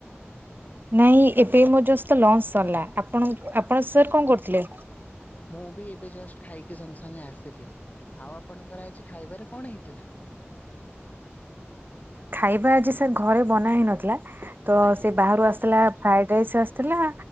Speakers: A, on the right; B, on the left.
A: ନାହି ଏବେ ମୋର ଜଷ୍ କ୍ଲାସ୍ ସରଲା, ଆପଣଙ୍କ ଆପଣ ସାର୍ କଣ କରୁଥିଲେ?
B: ମୁଁ ବି ଏବେ ଜଷ୍ଟ୍ ଖାଇକି ସଙ୍ଗେ ସଙ୍ଗେ ଆସିଲି। ଆଉ ଆପଣଙ୍କର ଆଜି ଖାଇବାରେ କଣ ହେଇଥିଲା?
A: ଖାଇବା ଆଜି ସାର୍ ଘରେ ବନା ହେଇ ନଥିଲା ତ
B: ଆଜ୍ଞା
A: ସେ ବାହାରୁ ଆସିଲା ଫ୍ରାଏ ଡାଇସ୍ ଆସିଥିଲା